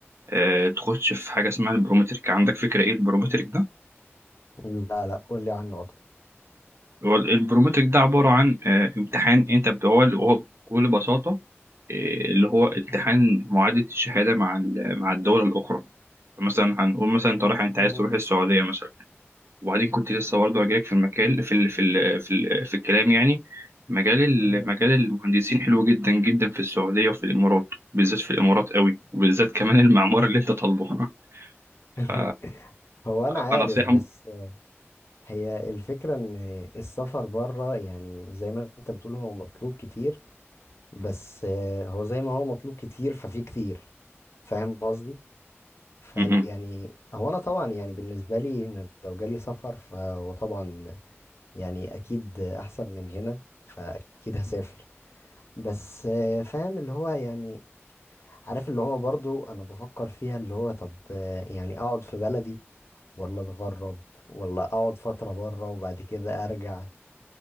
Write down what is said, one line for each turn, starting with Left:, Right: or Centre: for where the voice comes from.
Right: آه، تخش في حاجة اسمها البرومترك عندك فكرة إيه البرومترك ده؟
Left: لا لا قولي عنه اكتر
Right: هو ال- البرومتريك ده عبارة عن آه، امتحان انت بت- هو هو بكل بساطة آه، اللي هو امتحان معادلة الشهادة مع ال- مع الدولة الأخرى مثلا هنقول مثلا انت رايح انت
Left: مم.
Right: عايز تروح السعودية مثلا وبعدين كنت لسه برضه هجيلك في المكان في ال في ال في, ال في الكلام يعني مجال ال-
Left: مم.
Right: مجال المهندسين حلو جدا جدا في السعودية وفي الإمارات بالذات في الإمارات قوي وبالذات كمان المعمار اللي انت طالبه <laughs>
Left: <laughs>
Right: ف-
Left: هو انا عارف
Right: فنصيحة
Left: بس
Right: م-
Left: هي الفكرة ان السفر بره يعني زي ما انت بتقول هو مطلوب كتير بس آه، هو زي ما هو مطلوب كتير ففي كتير فاهم قصدي فيعني
Right: م-
Left: هو انا طبعا يعني بالنسبة لي ان لو جالي سفر فهو طبعا يعني اكيد احسن من هنا فاكيد هسافر بس آه، فاهم اللي هو يعني عارف اللي هو برضو انا بفكر فيها اللي هو طب آه، يعني اقعد في بلدي ولا اتغرب ولا اقعد فترة بره وبعد كده ارجع